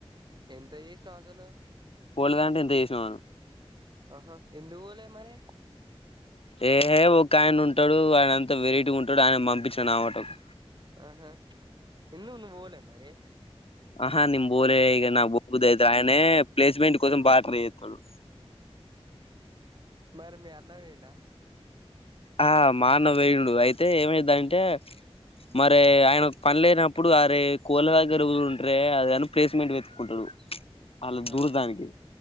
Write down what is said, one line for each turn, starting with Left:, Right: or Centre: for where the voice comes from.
Right: ఎంత చేసినవ్ అసలు
Left: లేదంటే ఇంత చేసినవా
Right: ఆహా ఎందుపోలే మరి
Left: ఏ ఒక ఆయన ఉంటాడు ఆయన అంతా వెరైటీగ ఉంటడు ఆయన పంపించాడు ఆ వాటకు
Right: ఆహా ఎందుకు పోలే మరి
Left: ఆహా నేన్ పోలె
Right: ఆహా
Left: ఇగ నాకు పోబుద్దెయదు ఆయనే ప్లేస్మెంట్ కోసం బా ట్రై చేస్తుండు
Right: మరి మీ అన్న పోయిండా
Left: ఆ మా అన్న పోయిండు అయితే ఏమైందంటే మరి ఆయనకు పని లేనప్పుడు అరే కోళ్ళ దగ్గరకు ఉంట్రే అది అను ప్లేస్మెంట్ వెతుకుంటరు అలా
Right: ఆహా
Left: దూదానికి